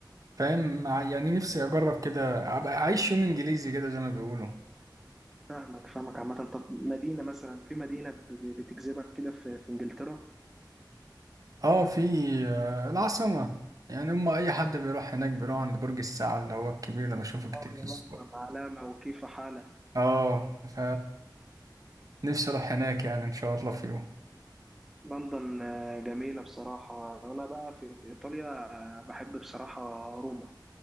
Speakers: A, on the right; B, in the centre.
A: فاهم مع- يعني نفسي أجرب كده أبقى أعيش يوم إنجليزي كده زي ما بيقولوا
B: فاهمك فاهمك عامة طب مدينة مثلا في مدينة ب- ب- بتجذبك كده في, في انجلترا
A: اه في آه، العاصمة يعني هم أي حد بيروح هناك بيروح عند برج الساعة اللي هو الكبير ده بشوفه كتير
B: اه
A: في
B: يا
A: الصور
B: لندن علامة وكيف حالة
A: اه ف نفسي أروح هناك يعني إن شاء الله في يوم
B: لندن آه، جميلة بصراحة انا بقى في في ايطاليا آه، بحب بصراحة روما